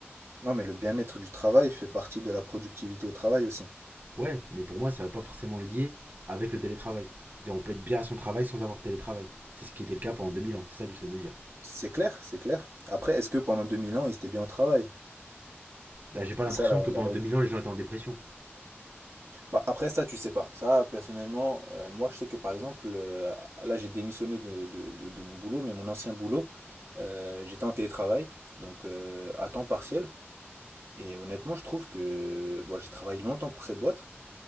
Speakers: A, on the right; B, on the right.
A: Non, mais le bien-être du travail fait partie de la productivité au travail aussi.
B: Ouais, mais pour moi, ça va pas forcément lier avec le télétravail. C'est-à-dire, on peut être bien à son travail sans avoir de télétravail. C'est ce qui était le cas pendant 2000 ans, c'est ça que j'essaie de dire.
A: C'est clair, c'est clair. Après, est-ce que pendant 2000 ans, ils étaient bien au travail?
B: Là, j'ai pas
A: C'est
B: l'impression
A: ça la,
B: que pendant
A: la vraie
B: 2000
A: question.
B: ans, les gens étaient en dépression.
A: Bah, après, ça, tu sais pas. Ça, personnellement, euh, moi, je sais que par exemple, euh, là, j'ai démissionné de, de- de- de mon boulot, mais mon ancien boulot, euh, j'étais en télétravail, donc euh, à temps partiel. Et honnêtement, je trouve que bon, j'ai travaillé longtemps pour cette boîte.